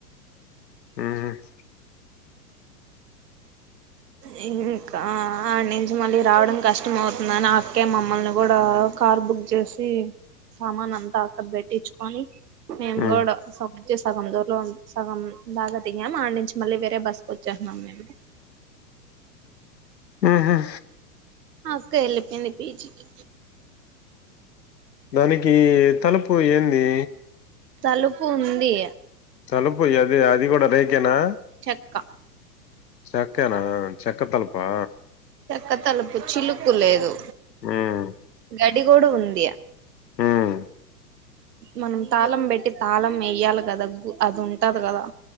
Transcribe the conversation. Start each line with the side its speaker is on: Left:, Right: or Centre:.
Left: ఉమ్
Right: అ ఇంకా ఆడ నుంచి మళ్ళీ రావడం కష్టం అవుతుందని ఆ అక్కే మమ్మల్ని కూడా కార్ బుక్ చేేసి సామాన్ అంతా అక్కడ పెట్టిచ్ఛుకొని మేము
Left: ఉమ్
Right: కూడా ప్చే సగం దూర్లో సగం లాగా దిగామ్ ఆడి నుంచి మళ్ళీ వేరే బస్సు కి వచ్చేస్న్నాం మేము
Left: ఆ ఆ
Right: అక్క ఎళ్ళిపోయింది పీజికి
Left: దానికి తలుపు ఏంది
Right: తలుపు ఉంది
Left: తలుపు ఏది అది కూడా రేకేనా
Right: చెక్క
Left: చక్కేనా చక్క తలుపా
Right: చెక్క తలుపు చిలుక్కు లేదు
Left: ఉమ్
Right: గడి కూడా ఉంది
Left: ఉమ్
Right: మనం తాళం పెట్టి తాళం ఎయ్యాలి కదా గు అది ఉంటది కదా